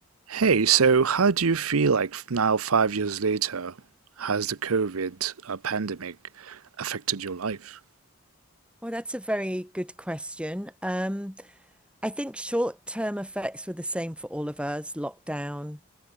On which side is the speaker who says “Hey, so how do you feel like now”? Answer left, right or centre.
Right